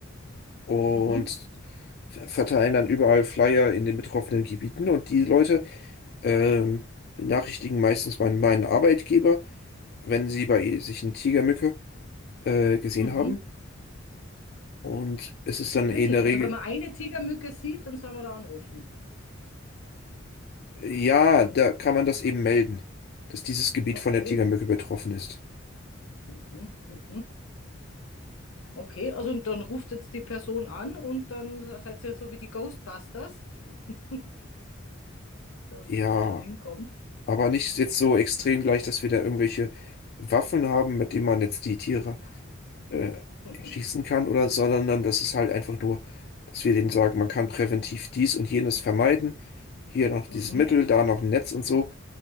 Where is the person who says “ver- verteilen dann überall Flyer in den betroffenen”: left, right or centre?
Left